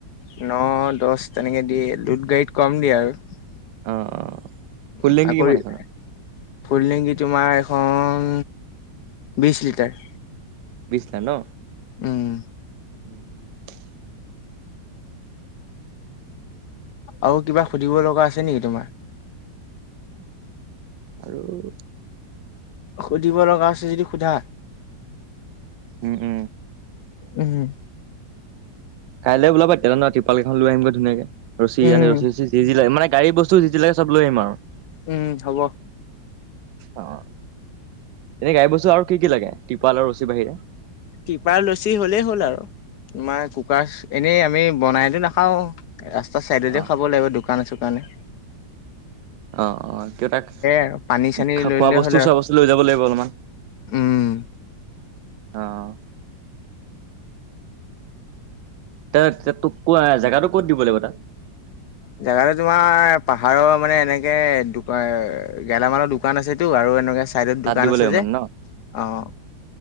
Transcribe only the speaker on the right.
অ অ
ফুল টেংকি কিমান এইখনৰ
বিছ লিটাৰ ন
<unintelligible>
আৰু
উম উম
কাইলৈ ওলাবা তেয়াহলে ট্ৰিপাল কেইখন লৈ আহিম গৈ ধুনীয়াকে ৰছী
আনি ৰছী চচি যি যি লাগে মানে গাড়ী বস্তু বস্তু যি যি লাগে চব লৈ আহিম আৰু
অ', এনে গাড়ীৰ বস্তু আৰু কি কি লাগে, ট্ৰিপাল আৰু ৰচীৰ বাহিৰে?
অ
অ', অ', কিয় তাক,
কা
খোৱা
বস্তু-চোৱা
বস্তু লৈ যাব লাগিব অলপমান।
অ'। তে তে তোক কোৱা, জেগাটো ক'ত দিব লাগিব তাক।
তাত
দিব লাগিব
মানে ন